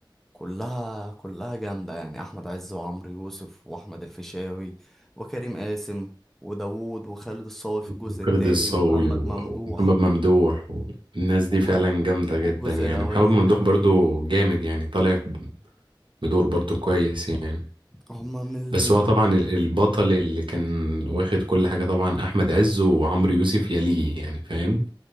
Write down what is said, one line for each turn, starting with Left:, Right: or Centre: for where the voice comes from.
Centre: كلها كلها جامدة يعني أحمد عز وعمرو يوسف وأحمد الفيشاوي وكريم قاسم وداوود وخالد الصاوي في الجزء
Right: وخالد
Centre: التاني
Right: الصاوي
Centre: ومحمد
Right: و-
Centre: ممدوح
Right: ومحمد ممدوح والناس دي
Centre: والجزء,
Right: فعلا جامده جدا
Centre: والجزء
Right: يعني
Centre: الأولاني
Right: محمد ممدوح
Centre: كان فيه
Right: برضو جامد يعني طالع بدور برضو كويس يعني
Centre: هما من ال...
Right: بس هو طبعا
Centre: هو-
Right: ال- البطل اللي كان واخد كل حاجة طبعا أحمد عز وعمرو يوسف يليه يعني فاهم